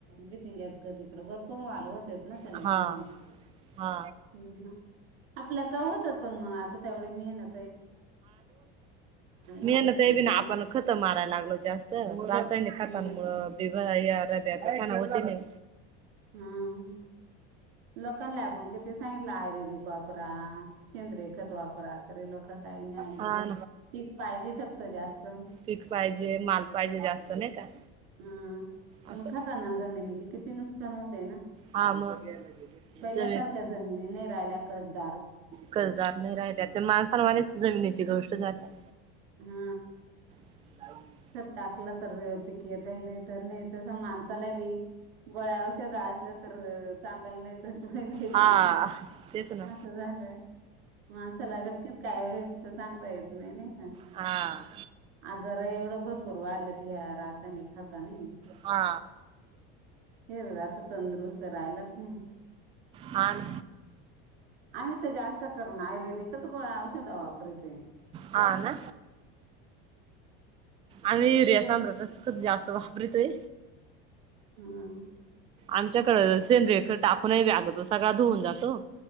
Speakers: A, on the right; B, on the right.
A: बीतीिंग्यात का तिकडं भरपूर वाल होतेत ना. चलाव
B: हा
A: कर
B: हा
A: हम् <unintelligible> आपल्या का होत पण मग आता तेवढे मेहनत
B: मी
A: नाही
B: ना
A: राहत त्याच्यामुळे
B: बी ना आपण खतम मारायला लागलो जास्त त नाही खातना
A: हम्म
B: मु बिवा या रब्या खा होती नाही
A: हम लोकांना आपण किती सांगितलं आयुर्वेदिक वापरा शेंद्रेखत वापरा रे लोक काही नाही ऐकत
B: हा
A: पीक पाहिजे फक्त जास्त.
B: पीक पाहिजे माल पाहिजे जास्त नाही का?
A: हा पण
B: असं
A: खातना जमीनीची किती नु ण होते ना
B: हा मग तिचं
A: पहिल्या सारख्या जमिनी नाही राहिल्या कसदार
B: कधदार नाही राहिल्या तर माणसां मानेच जमिनीची गोष्ट झाली
A: हा
B: ह
A: तरर टाकला तर पिक येतही नाही तर नाही तस माणसाला वी गोळ्यावरषध असलं तर चांगल नाही तर तही नाही
B: हा
A: चांगल
B: तेच ना
A: असं झालंय माणसंलागतकीत काय होईल तर सांगता येत नाही नाही का
B: हा
A: आजार एवढं भरपूर वाढलेत या रासायनिक खातनी
B: हा
A: शर असं तंदुरुस्त राहिलाच नाही
B: हाण
A: आम्ही तर जास्त करून आयुर्वेदिकच गोळा औषध वापरत
B: ह ना आणि एरिया
A: ते एक
B: तांदळात खूप जास्त वापरतोय
A: हम
B: आमच्याकडं सेंद्रेयक टाकूनही व्यागतो सगळा धुऊन जातो